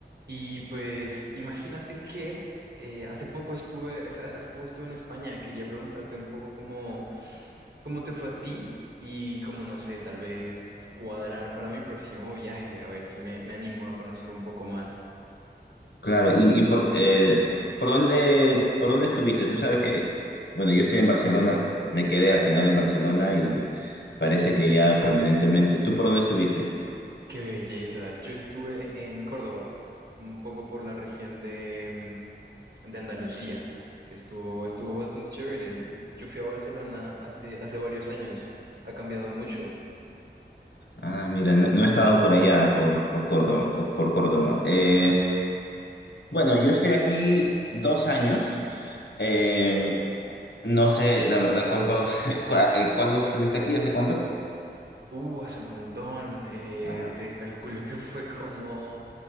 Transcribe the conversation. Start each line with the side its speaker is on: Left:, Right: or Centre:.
Right: Y pues imagínate que eh, hace poco estuve, es- hace poco estuve en España. Quería preguntarte un poco cómo, cómo te fue a ti y cómo, no sé, tal vez cuadrar para mi próximo viaje, a ver si me, me animo a conocer un poco más.
Left: Claro, y, y por, eh, ¿por dónde, por dónde estuviste? Tú sabes que, bueno, yo estoy en Barcelona, me quedé al final en Barcelona y parece que ya permanentemente. ¿Tú por dónde estuviste?
Right: ¡Qué belleza! Yo estuve en Córdoba, un poco por la región de, mm, de Andalucía. Estuvo, estuvo bastante chévere. Yo fui a Barcelona hace, hace varios años. Ha cambiado mucho
Left: Ah, mira, no, no he estado por allá, por, por Córdoba. Por Córdoba. Eh, bueno, yo estoy aquí dos años. Eh, no sé, la verdad, cuánto, <laughs> cua- eh, ¿cuándo estuviste aquí? ¿Hace cuánto?
Right: Uh, hace un montón. Eh,
Left: Ah,
Right: te calculo que fue como